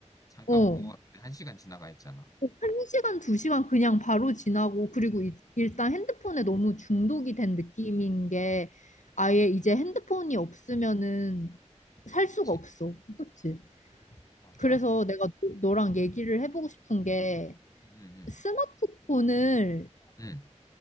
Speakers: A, on the left (about 30°); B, on the left (about 80°).
A: 잠깐
B: 어.
A: 본 거 같은데 한 시간 지나가 있잖아.
B: 한 시간, 두 시간 그냥 바로 지나고, 그리고 이- 일단 핸드폰에 너무 중독이 된 느낌인 게, 아예 이제 핸드폰이 없으면은 살 수가
A: 그치?
B: 없어. 그치?
A: 맞아.
B: 그래서 내가 너- 너랑 얘기를 해보고 싶은 게,
A: 응, 응, 응.
B: 스마트폰을
A: 응.